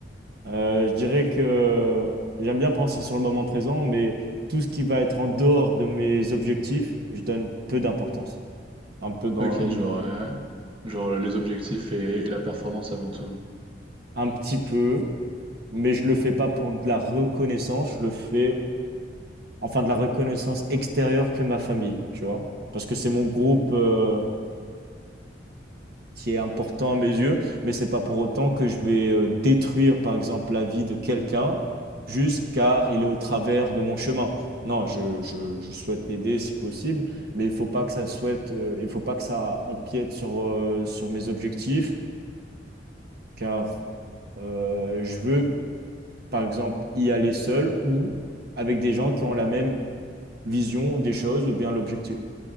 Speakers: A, on the right (about 55°); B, on the right (about 30°).
A: euh, je dirais que j'aime bien penser sur le moment présent, mais tout ce qui va être en dehors de mes objectifs, je donne peu d'importance. Un peu dans
B: Ok,
A: l'id-
B: genre, euh, genre les objectifs et, et la performance avant tout.
A: un petit peu, mais je le fais pas pour de la reconnaissance. Je le fais enfin de la reconnaissance extérieure que ma famille, tu vois. Parce que c'est mon groupe euh, qui est important à mes yeux, mais c'est pas pour autant que je vais euh, détruire, par exemple, la vie de quelqu'un juste car il est au travers de mon chemin. Non, je, je, je souhaite l'aider si possible, mais il faut pas que ça souhaite, euh, il faut pas que ça empiète sur, euh, sur mes objectifs, car euh, je veux, par exemple, y aller seul ou avec des gens qui ont la même vision des choses ou bien l'objectif.